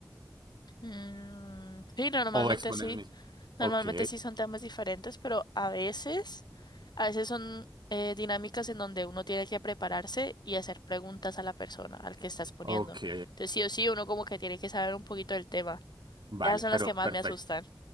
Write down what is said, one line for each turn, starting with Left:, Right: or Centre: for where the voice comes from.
Left: Mm, Sí, normalmente
Right: O exponen
Left: sí.
Right: el mismo. Ok,
Left: Normalmente sí son temas diferentes, pero a veces, a veces son eh, dinámicas en donde uno tiene que prepararse y hacer preguntas a la persona al que estás poniendo.
Right: ok.
Left: Entonces sí o sí, uno como que tiene que saber un poquito del tema.
Right: Vale,
Left: Ya son
Right: pero
Left: las que más
Right: perfecto.
Left: me asustan.